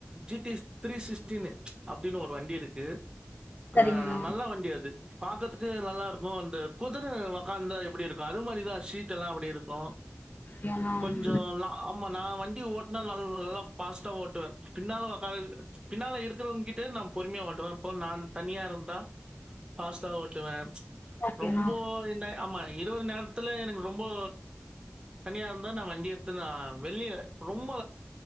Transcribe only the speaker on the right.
G T three சிக்சிஸ்டின்னு அப்டின்னு ஒரு வண்டி இருக்கு
அஹ் நல்லா வண்டி அது பாக்குறதுக்கே நல்லா இருக்கும் அந்த குதுர வக்காந்தா எப்டி இருக்கும் அது மாதிரிதான் சீ்ட்டலாம் அப்படி இருக்கு ஹாவ்
கொஞ்சம்
லாப் ஆமா நா வன்ட் வண்டி ஓட்னா ந நல்லா ஃபாஸ்டா ஓட்டுவே பின்னால ஒக்காந் பின்னால இருக்கிறவங் ங்கிட்டு நா பொறுமையா ஓட்டுவே இப்ப நா தனியா இருந்தா ஃபாஸ்ட்டா ஓட்டுவே
ரொம்போ என்ன ஆமா இரவு நேரத்துல எனக்கு ரொம்போ தனியா இருந்தா நா வண்டி எடுத்துனு ஆ வெளிய ரொம்ப